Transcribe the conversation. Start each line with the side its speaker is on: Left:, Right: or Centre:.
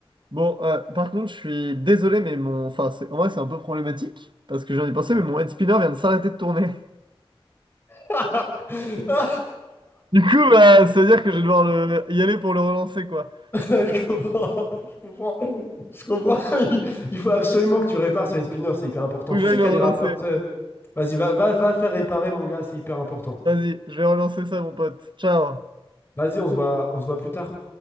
Right: Bon, euh, par contre, je suis désolé, mais mon. Enfin, c'est- en vrai, c'est un peu problématique. Parce que j'en ai pensé,
Left: Ouais.
Right: mais mon head spinner vient de s'arrêter de tourner.
Left: <laughs>
Right: Du coup, bah, ça veut dire que je vais devoir le... y aller pour le relancer, quoi.
Left: Je comprends, je comprends, je comprends. <laughs> Il il faut absolument que tu répares sur une spinner, c'est hyper important.
Right: Faut que
Left: Tu
Right: j'aille
Left: sais
Right: le
Left: qu'il
Right: relancer.
Left: y a des rappeurs. tu sais. Vas-y, va, va, va le faire réparer, mon gars, c'est hyper important.
Right: Vas-y, je vais relancer ça, mon pote. Ciao.
Left: Vas-y, on se voit, on se voit plus tard.